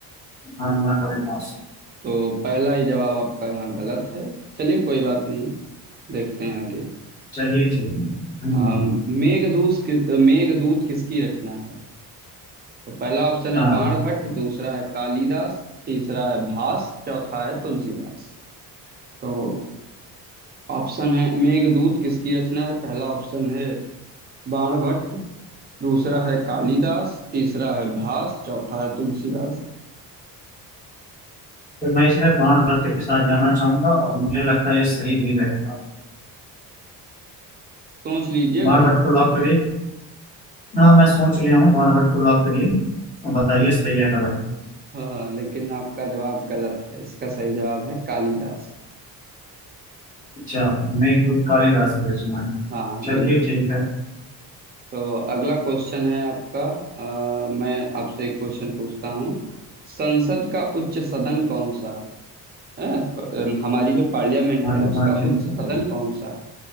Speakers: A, on the left; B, on the right.
A: हाँ महाकवि भास
B: तो पहला ही जवाब आपका यहाँ गलत है चलिए कोई बात नहीं देखते हैं अभी
A: चलिए ठीक है। हम्म,
B: हम मेघदूत किस मेघदूत किसकी रचना है तो पहला ऑप्शन है
A: हाँ
B: बाणभट्ट दूसरा है कालिदास तीसरा है भास चौथा है तुलसीदास तो ऑप्शन है मेघदूत किसकी रचना है पहला ऑप्शन है बाणभट्ट दूसरा है कालिदास तीसरा है भास चौथा है तुलसीदास
A: तो मैं इसमें बाण भट्ट के साथ जाना चाहूंगा और मुझे लगता है ये सही भी रहेगा
B: सोच लीजिए
A: बाण
B: भाई
A: भट्ट को लॉक करिए हाँ मैं सोच लिया हूँ बाण भट्ट को लॉक करिए और बताइए सही है गलत
B: हाँ हाँ लेकिन आपका जवाब गलत है इसका सही जवाब है कालिदास
A: अच्छा मेघदूत काली घास के रचना है
B: हाँ
A: चलिए
B: बिल्कुल
A: ठीक है
B: तो अगला क्वेश्चन है आपका अ, मैं आपसे एक क्वेश्चन पूछता हूँ संसद का उच्च सदन कौन सा है हैं? प- अम, हमारी जो पार्लियामेंट
A: हाँ
B: है उसका
A: हाँ ठीक
B: उच्च
A: है
B: सदन कौन सा है